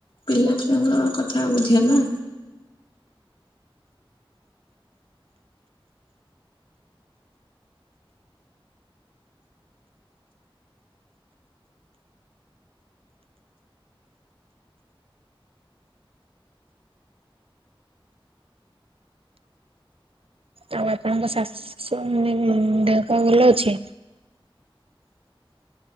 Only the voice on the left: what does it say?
ପିଲା ଛୁଆଙ୍କ କଥା ବୁଝି ନା।